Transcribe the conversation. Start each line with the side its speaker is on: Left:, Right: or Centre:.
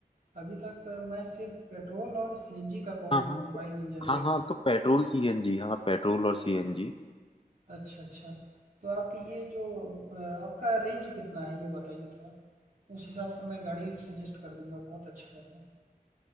Right: अभी तक अ, मैं सिर्फ़ पेट्रोल और सीएनजी का कॉ
Left: हाँ हाँ
Right: कम्बाइंड
Left: तो-
Right: इंजन
Left: हाँ
Right: देखा
Left: हाँ
Right: हूँ।
Left: तो पेट्रोल सीएनजी हाँ पेट्रोल और सीएनजी
Right: अच्छा, अच्छा। तो आप ये जो अ, आपका रेंज कितना है ये बताइए थोड़ा? उस हिसाब से मैं गाड़ी सजेस्ट कर दूँगा, बहुत अच्छा रहेगा।